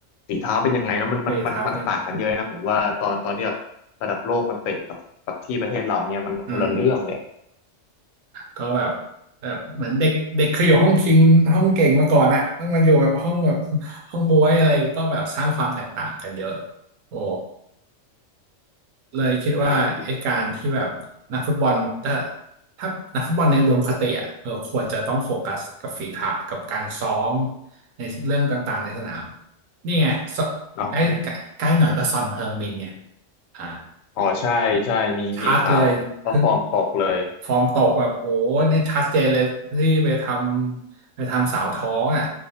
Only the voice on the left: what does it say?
ฝีเท้าเป็นยังไงแล้วมันมันมันมันต่างกันเยอะนะผมว่าตอนตอนที่แบบระดับโลกมันเตะกับกับที่ประเทศเราเนี่ยมันคนละเรื่องเลย
ใช่
เนาะมัน
อ๋อใช่ใช่มีมีข่าวแล้วฟอร์มตกเลย